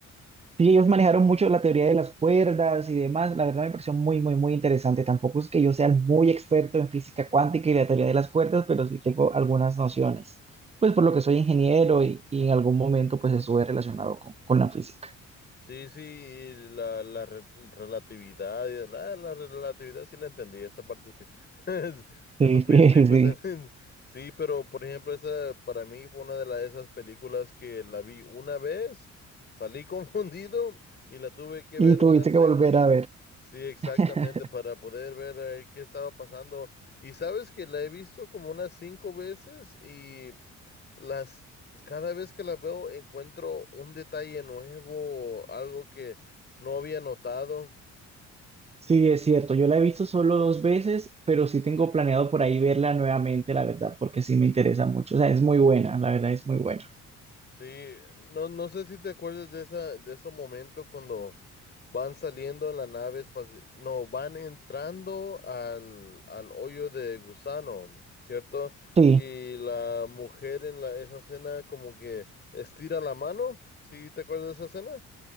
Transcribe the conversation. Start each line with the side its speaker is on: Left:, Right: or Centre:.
Right: Sí, ellos manejaron mucho la teoría de las cuerdas y demás. La verdad me pareció muy, muy, muy interesante. Tampoco es que yo sea muy experto en física cuántica y la teoría de las cuerdas, pero sí tengo algunas nociones. Pues por lo que soy ingeniero y, y en algún momento pues estuve relacionado con, con la física.
Left: Sí, sí, y la, la re- relatividad, y la, la relatividad sí la entendí, esa parte sí. <laughs>
Right: Sí,
Left: Eso fue,
Right: sí,
Left: sí, pues,
Right: <laughs> sí.
Left: <laughs> sí, pero por ejemplo, esa para mí fue una de la- esas películas que la vi una vez, salí <laughs> confundido y la tuve que
Right: Y
Left: ver
Right: tuviste
Left: una segunda
Right: que volver a ver.
Left: Sí, exactamente,
Right: <laughs>
Left: para poder ver a qué estaba pasando. Y sabes que la he visto como unas cinco veces y las cada vez que la veo encuentro un detalle nuevo, algo que no había notado.
Right: Sí, es cierto. Yo la he visto solo dos veces, pero sí tengo planeado por ahí verla nuevamente, la verdad, porque sí me interesa mucho. O sea, es muy buena, la verdad es muy buena.
Left: Sí, no, no sé si te acuerdas de esa, de ese momento cuando van saliendo en la nave espacial, no, van entrando al, al hoyo de gusano, ¿cierto?
Right: Sí.
Left: Y la mujer en la, esa escena como que estira la mano, ¿sí te acuerdas de esa escena?